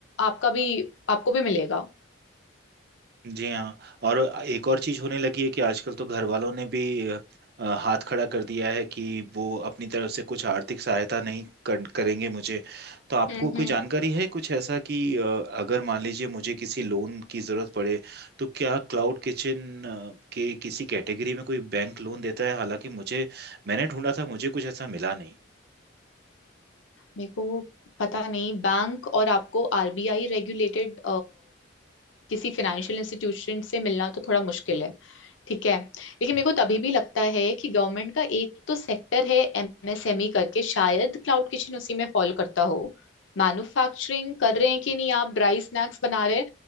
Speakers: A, on the left; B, on the right.
A: आपका भी आपको भी मिलेगा
B: जी हाँ और एक और चीज होने लगी है कि आजकल तो घर वालों ने भी अ, हाथ खड़ा कर दिया है कि वो अपनी तरफ से कुछ आर्थिक सहायता नहीं कर, करेंगे मुझे तो आपको
A: हम्म
B: कोई
A: हम्म
B: जानकारी है कुछ ऐसा कि अ, अगर मान लीजिए मुझे किसी लोन की जरूरत पड़े तो क्या क्लाउड किचन के किसी कैटेगरी में कोई बैंक लोन देता है हालांकि मुझे मैंने ढूंढा था मुझे कुछ ऐसा मिला नहीं
A: मेरे को पता नहीं बैंक और आपको आरबीआई रेगुलेटेड किसी फाइनेंशियल इंस्टीट्यूशन से मिलना तो थोड़ा मुश्किल है ठीक है लेकिन मेरे को तभी भी लगता है कि गवर्नमेंट का एक तो सेक्टर है एमएसएमई करके शायद क्लाउड किचन उसी में फॉल करता हो मैन्युफैक्चरिंग कर रहे हैं कि नहीं आप ड्राई स्नैक्स बना रहे हैं